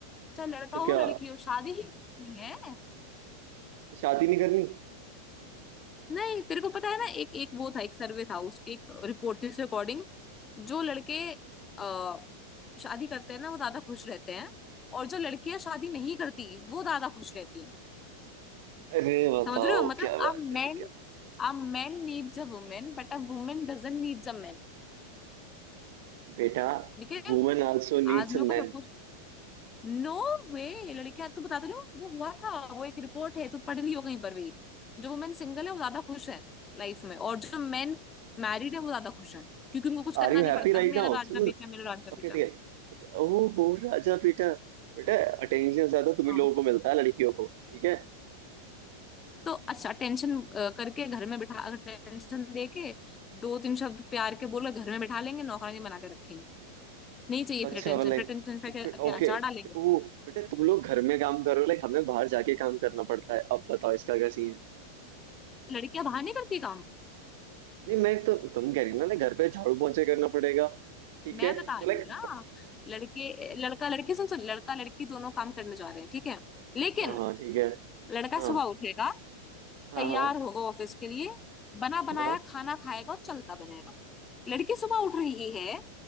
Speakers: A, on the left; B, on the right.
A: चाहे लड़का
B: तो
A: हो
B: क्या
A: लड़की हो शादी ही करनी है
B: तो शादी नहीं करनी
A: नहीं तेरे को पता है ना एक एक वो था एक सर्वे था उसकी एक रिपोर्ट थी उसके अकॉर्डिंग जो लड़के आ, शादी करते हैं ना वो ज्यादा खुश रहते हैं और जो लड़कियां शादी नहीं करती वो ज्यादा खुश रहती हैं
B: अरे बताओ
A: समझ रहे हो मतलब
B: क्या बात
A: a
B: है
A: man
B: क्या
A: a man needs a women but a women doesn't needs a man
B: बेटा
A: because
B: Women also needs
A: आदमियों
B: a
A: का
B: man
A: सब कुछ नो वे लड़कियां तो बता तो रही हूँ वो हुआ था वो एक रिपोर्ट है तो पढ़ ली हो कहीं पर भी जो वुमेन सिंगल है वो ज्यादा खुश है लाइफ में और जो मैन मैरिड है वो ज्यादा खुश है क्योंकि उनको कुछ करना
B: Are you
A: नहीं
B: happy
A: पड़ता
B: right
A: मेरा
B: now
A: राजा
B: सुनो
A: बेटा मेरा राजा बेटा
B: ओके ठीक है ओके ओहो राजा बेटा बेटा अटेंशन ज्यादा तुम ही
A: हाँ
B: लोगों को मिलता है लड़कियों को ठीक है
A: तो अच्छा टेंशन करके घर में बिठा अगर टेंशन दे के दो तीन शब्द प्यार के बोलो घर में बिठा लेंगे नौकरानी बना के रखेंगे नहीं चाहिए
B: अच्छा
A: प्रेटेंशन
B: वाला
A: प्रेटेंशन
B: है।
A: का
B: तो
A: क्या,
B: फिर
A: क्या
B: ओके
A: अचार डालेंगे
B: ओ बेटा तुम लोग घर में काम करो लाइक हमें बाहर जाके काम करना पड़ता है अब बताओ इसका क्या सीन है
A: लड़कियां बाहर नहीं करती काम
B: नहीं मैं तो तुम कह रही हो ना लाइक घर पे झाड़ू पोंछे करना पड़ेगा ठीक
A: मैं
B: है
A: बता
B: तो
A: रही
B: लाइक
A: हूँ ना लड़के लड़का लड़की सुन सुन लड़का लड़की दोनों काम करने जा रहे हैं ठीक है लेकिन
B: हाँ हाँ ठीक है
A: लड़का
B: हाँ
A: सुबह उठेगा
B: हाँ
A: तैयार
B: हाँ
A: होगा ऑफिस के लिए बना बनाया
B: हाँ
A: खाना खाएगा और चलता बनेगा लड़की सुबह उठ रही है